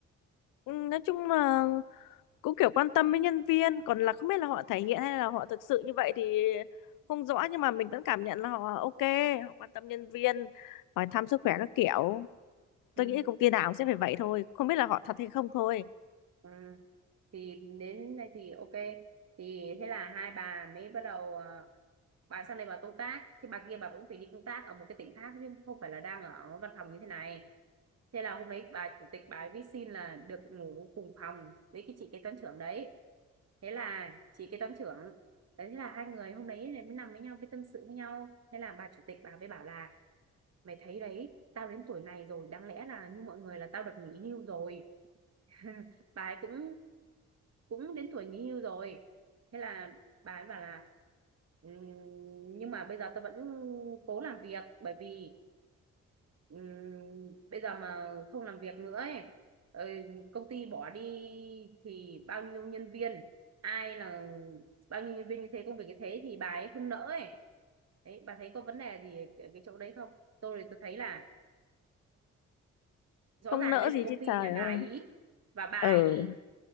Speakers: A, on the left (about 85°); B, on the right (about 50°).
A: Ừ, nói chung là cũng kiểu quan tâm với nhân viên, còn là không biết là họ thể hiện hay là họ thực sự như vậy thì không rõ nhưng mà mình vẫn cảm nhận là họ ok, họ quan tâm nhân viên, hỏi thăm sức khỏe các kiểu.
B: ừ.
A: Tôi nghĩ công ty nào cũng sẽ phải vậy thôi, không biết là họ thật hay không thôi.
B: Ừ. Thì đến đây thì ok. Thì thế là hai bà mới bắt đầu à, bà sang đây bà công tác, thì bà kia bà cũng phải đi công tác ở một cái tỉnh khác chứ không phải là đang ở văn phòng như thế này. Thế là hôm đấy bà chủ tịch bà ấy viết xin là được ngủ cùng phòng với cái chị kế toán trưởng đấy. Thế là chị kế toán trưởng đấy thế là hai người hôm đấy này mới nằm với nhau cái tâm sự với nhau. Thế là bà chủ tịch bà mới bảo là mày thấy đấy, tao đến tuổi này rồi đáng lẽ là như mọi người là tao được nghỉ hưu rồi <laughs> bà ấy cũng cũng đến tuổi nghỉ hưu rồi thế là bà ấy bảo là "Ừm, nhưng mà bây giờ tôi vẫn cố làm việc bởi vì ừm, bây giờ mà không làm việc nữa ấy, ờ, công ty bỏ đi thì bao nhiêu nhân viên ai là bao nhiêu nhân viên như thế công việc như thế thì bà ấy không nỡ ấy đấy bà thấy có vấn đề gì ở cái chỗ đấy không tôi thì tôi thấy là rõ
A: Không
B: ràng
A: nỡ
B: đấy là
A: gì
B: công
A: chứ
B: ty
A: trời
B: nhà
A: ơi.
B: bà ấy và bà
A: Ừ.
B: ấy